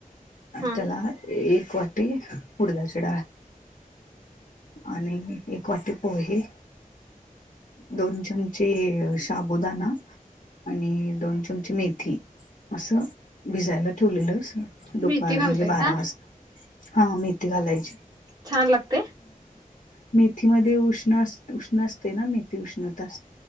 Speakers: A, on the right; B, on the left.
A: हा
B: त्याला एक वाटी, उडदाची डाळ आणि एक वाटी पोहे दोन चमचे शाबुदाणा आणि दोन चमची मेथी असं भिजायला ठेवलेलंस दुपार
A: मेथी घालताय
B: म्हणजे बारा
A: का
B: वाजता हा मेथी घालायची
A: छान लागते
B: मेथी मध्ये उष्ण उष्ण अस उष्ण असते ना मेथी उष्णता अस